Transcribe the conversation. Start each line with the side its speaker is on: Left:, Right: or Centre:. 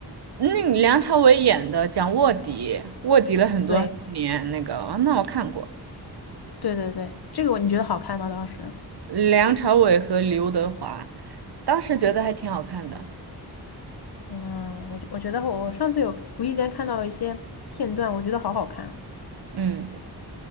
Right: 那个梁朝伟演的，讲卧底，卧底了很多很多年，
Left: 对
Right: 那个，哦那我看过，
Left: 对对对，这个你觉得好看吗？当时？
Right: 梁朝伟和刘德华，当时觉得还挺好看的，
Left: 嗯，我觉我觉得我上次有无意间看到一些片段，我觉得好好看啊。
Right: 嗯，